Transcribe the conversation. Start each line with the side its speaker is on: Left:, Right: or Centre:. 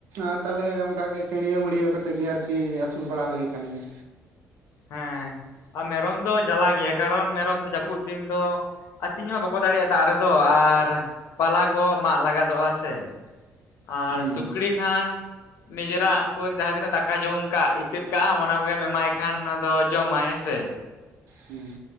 Right: ᱟᱨ ᱛᱟᱦᱞᱮ ᱚᱝᱠᱟᱜᱮ ᱪᱟᱹᱬᱭᱟᱹᱣ ᱢᱟᱹᱲᱭᱟᱹᱣ ᱠᱟᱛᱮᱫ ᱜᱮ ᱟᱨᱠᱤ ᱟᱹᱥᱩᱞ ᱵᱟᱲᱟ ᱦᱩᱭ ᱟᱠᱟᱱ ᱜᱮᱭᱟ᱾
Left: ᱦᱮᱸ ᱟᱨ ᱢᱮᱨᱚᱢ ᱫᱚ ᱡᱟᱞᱟ ᱜᱮᱭᱟ ᱠᱟᱨᱚᱱ ᱢᱮᱨᱚᱢ ᱫᱚ ᱡᱟᱹᱯᱩᱫ ᱫᱤᱱ ᱫᱚ ᱟᱹᱛᱤᱧ ᱦᱚᱸ ᱵᱟᱠᱚ ᱫᱟᱲᱮᱭᱟᱜ-ᱟ ᱫᱟᱜ ᱨᱮᱫᱚ ᱟᱨ ᱯᱟᱞᱟ ᱠᱚ ᱢᱟᱜ ᱞᱟᱜᱟᱫᱚᱜ-ᱟ ᱥᱮ, ᱟᱨ
Right: ᱦᱩᱸ
Left: ᱥᱩᱠᱲᱤ ᱠᱷᱟᱱ ᱱᱤᱡᱮᱨᱟᱜ ᱩᱝᱠᱩ ᱡᱟᱦᱟᱸ ᱛᱤᱱᱟᱹᱜ ᱫᱟᱠᱟ ᱡᱚᱢ ᱠᱟᱜ ᱤᱛᱟᱹᱛ ᱠᱟᱜ-ᱟᱢ ᱚᱱᱟ ᱠᱚᱜᱮᱢ ᱮᱢᱟᱭ ᱠᱷᱟᱱ ᱚᱱᱟ ᱫᱚ ᱡᱚᱢᱟᱭ ᱦᱮᱸ ᱥᱮ᱾
Right: ᱦᱩᱸ᱾